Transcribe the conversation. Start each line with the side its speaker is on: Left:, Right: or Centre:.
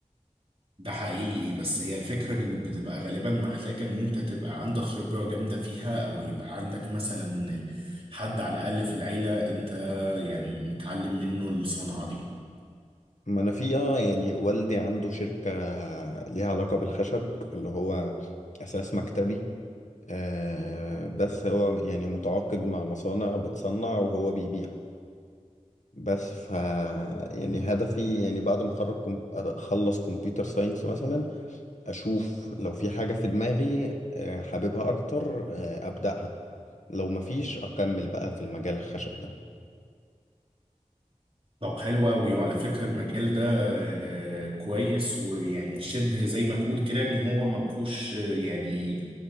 Right: ده حقيقي بس هي الفكرة ان بتبقى غالبا محتاجة ان انت تبقى عندك خبرة جامدة فيها او يبقى عندك مثلا حد على الاقل في العيلة انت يعني متعلم منه الصنعة دي
Left: ما انا في اه يعني والدي عنده شركة ليها علاقة بالخشب اللي هو اساس مكتبي آه بس هو يعني متعاقد مع مصانع بتصنع وهو بيبيع بس ف يعني هدفي يعني بعد ما اخرج كم... اخلص كمبيوتر ساينس مثلا اشوف لو في حاجة في دماغي آه، حاببها اكتر آه، ابدأها لو مفيش اكمل بقى في المجال الخشب ده
Right: طب حلو قوي وعلى فكرة المجال ده آه، كويس ويعني شبه زي ما تقول كده ان هو ما فيهوش آه، يعني